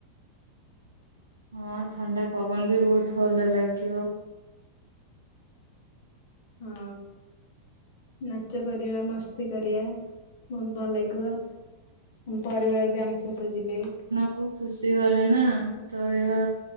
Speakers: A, on the right; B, on the left.
A: ହଁ ଥଣ୍ଡା ପବନ ବି ଭଉତ ଭଲ ଲାଗିବ।
B: ହଁ ନାଚ କରିବା ମସ୍ତି କରିଆ ବହୁତ ଭଲ ଲାଗିବ। ଉଁମ ଅପରିବାର ବି ଆମ ସହିତ ଯିବେ।
A: ବହୁ ଖୁସିଅରେ ନା ତ ଏହା